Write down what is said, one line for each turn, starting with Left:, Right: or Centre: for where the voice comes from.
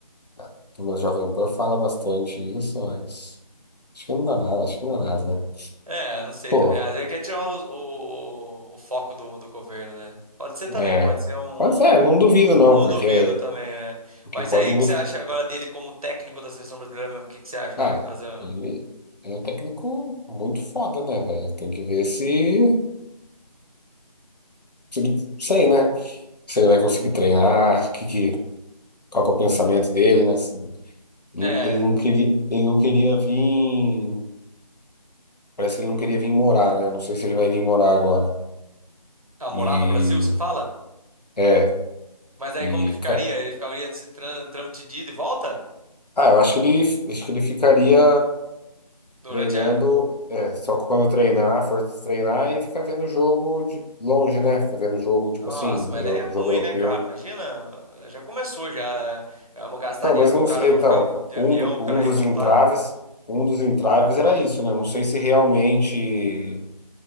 Left: na turma do Jovem Pan fala bastante isso, mas acho que não dá nada, acho que não dá nada, né?
Right: É, eu não sei
Left: Pô,
Right: também. Às vezes quer tirar o, o, o foco do, do governo, né? Pode ser também,
Left: é,
Right: pode ser um.
Left: pode ser, não duvido não,
Right: Não
Left: porque,
Right: duvido também, né?
Left: porque
Right: Mas
Left: pode
Right: e aí, o
Left: muito,
Right: que você acha agora dele como técnico da seleção brasileira mesmo? O que que você acha que
Left: ah,
Right: ele vai fazer?
Left: ele, ele é um técnico muito foda, né, velho? Tem que ver se, se, ele- sei, né? Se ele vai conseguir treinar, que, que, qual que é o pensamento dele, né? Se-
Right: É,
Left: Ele não queria, ele não queria vir. Parece que ele não queria vir morar, né? Não sei se ele vai vir morar agora.
Right: a morar
Left: E
Right: no Brasil, você fala?
Left: é,
Right: Mas aí
Left: e
Right: como que ficaria?
Left: cara,
Right: Ele ficaria nesse tran- trâmite de ida e volta?
Left: ah, eu acho que ele, acho que ele ficaria
Right: Durante
Left: treinando,
Right: a.
Left: é, só quando treinar, for treinar e ficar vendo o jogo de longe, né? Ficar vendo o jogo tipo
Right: Nossa,
Left: assim,
Right: mas
Left: eu-
Right: daí é
Left: jogo
Right: ruim,
Left: europeu.
Right: né, cara? Imagina, já começou já é é uma gastar
Left: Então,
Right: dinheiro
Left: mas
Right: com
Left: não,
Right: o cara
Left: sei-
Right: pra
Left: então,
Right: ficar de
Left: um,
Right: avião,
Left: do-
Right: pro
Left: um
Right: cara
Left: dos
Right: ir e voltar.
Left: entraves, um dos entraves era isso, né? Não sei se realmente,